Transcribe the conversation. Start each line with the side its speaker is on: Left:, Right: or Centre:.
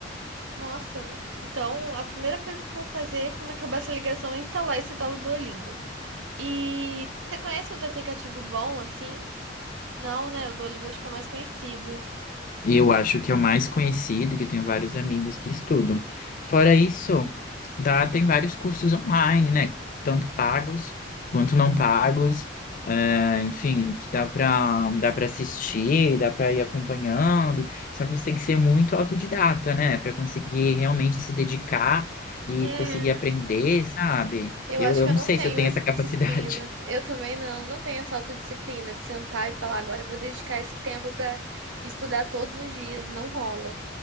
Right: Nossa, então a primeira coisa que eu vou fazer quando acabar essa ligação é instalar esse tal do Duolingo. E você conhece outro aplicativo bom assim? Não, né? O Duolingo acho que é o mais conhecido.
Left: E eu acho que é o mais conhecido, que eu tenho vários amigos que estudam. Fora isso, dá, tem vários cursos online, né? Tanto pagos quanto não pagos. eh, enfim, que dá para dá para assistir, dá para ir acompanhando. Só que você tem que ser muito autodidata, né? Para conseguir realmente se dedicar e
Right: É,
Left: conseguir aprender, sabe?
Right: Eu
Left: Eu,
Right: acho
Left: eu
Right: que eu
Left: não
Right: não
Left: sei
Right: tenho
Left: se eu tenho
Right: essa
Left: essa
Right: disciplina.
Left: capacidade.
Right: Eu também não, não tenho essa autodisciplina de sentar e falar, agora eu vou dedicar esse tempo pra estudar todos os dias. Não rola.